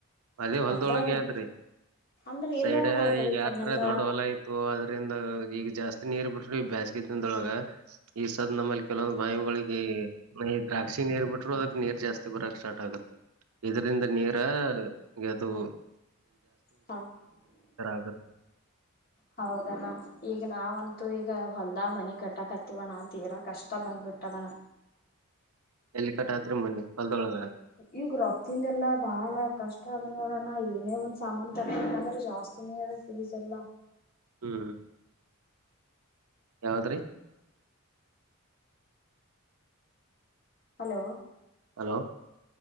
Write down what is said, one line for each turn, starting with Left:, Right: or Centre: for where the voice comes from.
Right: ಅದೇ ಹೊಲದೊಳಗೆ
Left: ಹೊಲ್ದಾಗ
Right: ಆದ್ರಿ
Left: ಅಂದ್ರ
Right: ಸೈಡ್
Left: ಇಲ್ಲಣ್ಣ ನಮ್ ಕಡೆ
Right: ಈಗ ಯಾರ್
Left: ಕೆನಲ
Right: ತರ ದೊಡ್ಡ ಹೊಲ ಆಯತು ಅದ್ರಂದ ಈಗ ಜಾಸ್ತಿ ನೀರ್ ಬಿಟ್ರಿ ಬೇಸ್ಗಿತಂದೊಳಗ ಈ ಸಾದ್ ನಮ್ಮಲ್ಲಿ ಕೆಲವೊಂದು ಬಾವಿಗಳಿಗೆ ದ್ರಾಕ್ಷಿಗ ನೀರ್ ಬಿಟ್ರು ಅದಕ್ಕೆ ನೀರ್ ಜಾಸ್ತಿ ಬರಕ್ ಸ್ಟಾರ್ಟ್ ಆಗುತ್ತೆ. ಇದರಿಂದ ನೀರ. ಎದುರು
Left: ಹಾ
Right: ಆಗತ್ತೆ
Left: ಹೌದಣ್ಣ ಈಗ ನಾವಂತ. ತ್ತು ಈಗ ಹೊಲ್ದಾ ಮನಿ ಕಟ್ಟಕತ್ತವಣ ತೀರಾ ಕಷ್ಟ ಬಂದ್ಬಿಟ್ಟದಣ್ಣ.
Right: ಎಲ್ಲಿ ಕಟಾತ್ರರಿ ಮೊನ್ನೆ. ಹೊಲ್ದೊಳಗ
Left: ಈಗ ರೊತಿಂದಲ್ಲಾ ಬಾಳ ಕಷ್ಟ. ನೋಡೋಣ ಏನೇ ಒಂದ್ ಸಾಮಾನನ್ ತಗ ಅಂದ್ರೆ ಜಾಸ್ತಿನಿ ಅದ ಫೀಸ್ ಎಲ್ಲಾ.
Right: ಹ್ಮ್. ಯಾವದ್ರಿ
Left: ಹಲೋ
Right: ಹಲೋ